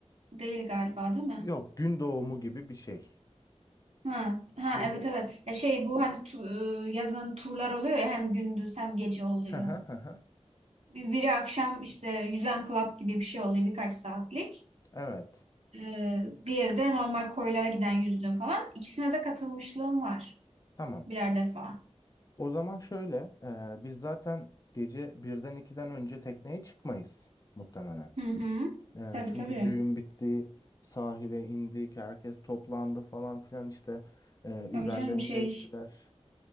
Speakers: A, on the right; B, on the left.
A: değil galiba değil mi?
B: Yok gün doğumu gibi bir şey.
A: Ha, ha
B: Gece.
A: evet evet. Ya şey bu hani tu- e, yazın turlar oluyor ya hem gündüz hem gece oluyor.
B: Hı hı hı hı.
A: Bir- Biri akşam işte yüzen club gibi bir şey oluyor birkaç saatlik.
B: Evet.
A: Ee, diğeri de normal koylara giden yüzdüğüm falan. İkisine de katılmışlığım var
B: Tamam.
A: birer defa.
B: O zaman şöyle, e, biz zaten gece birden 2'den önce tekneye çıkmayız muhtemelen.
A: Hı hı.
B: Ee,
A: Tabii
B: çünkü
A: tabii.
B: düğün bitti, sahile indik, herkes toplandı falan filan işte Ee,
A: Tabii
B: üzerlerini
A: canım şey
B: değiştiler.